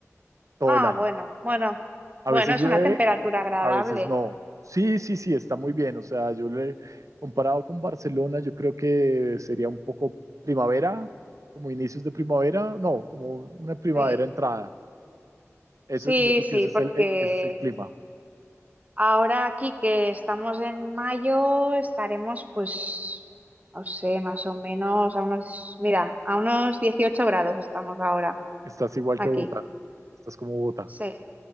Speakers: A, on the right; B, on the right.
A: todo
B: Ah,
A: el año.
B: bueno, bueno,
A: A
B: bueno,
A: veces
B: es
A: llueve,
B: una temperatura agradable.
A: a veces no. Sí, sí, sí, está muy bien. O sea, yo le comparado con Barcelona, yo creo que sería un poco primavera, como inicios de primavera, no, como una primavera
B: Sí,
A: entrada. Eso,
B: sí,
A: yo creo
B: sí,
A: que ese es
B: porque
A: el, e- ese es el clima.
B: ahora aquí que estamos en mayo, estaremos pues, no sé, más o menos a unos, mira, a unos 18 grados estamos ahora
A: Estás igual
B: aquí.
A: que Bogotá. Estás como Bogotá.
B: Sí,